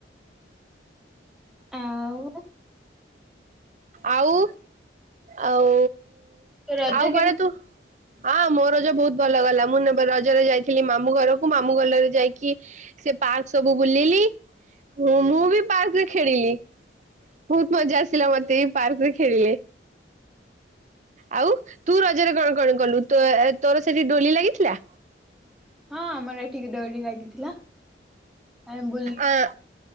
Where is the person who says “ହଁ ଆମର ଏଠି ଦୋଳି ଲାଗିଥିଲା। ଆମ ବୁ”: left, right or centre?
Centre